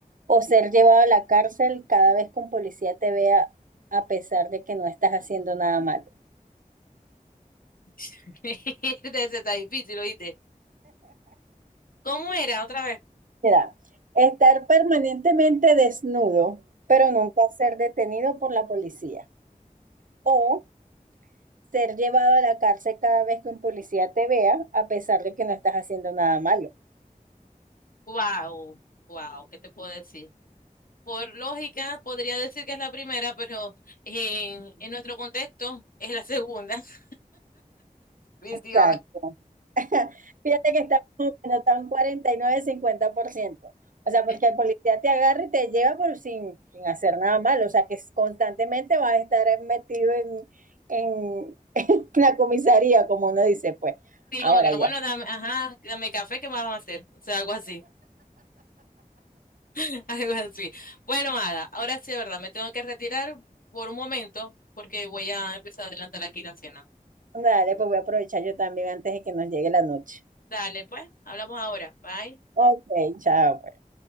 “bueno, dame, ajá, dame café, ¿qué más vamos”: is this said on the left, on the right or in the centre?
Left